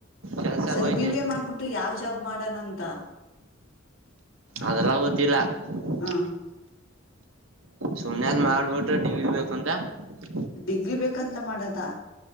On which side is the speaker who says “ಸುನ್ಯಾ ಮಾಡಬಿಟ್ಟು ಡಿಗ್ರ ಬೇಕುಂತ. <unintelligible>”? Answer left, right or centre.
Right